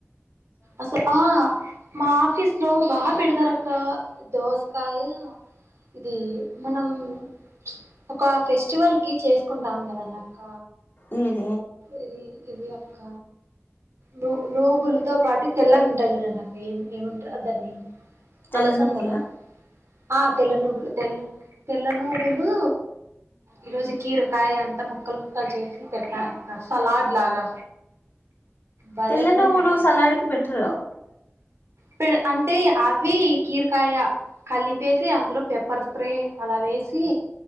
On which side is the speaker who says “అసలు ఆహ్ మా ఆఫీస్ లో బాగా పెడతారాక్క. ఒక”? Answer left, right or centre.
Right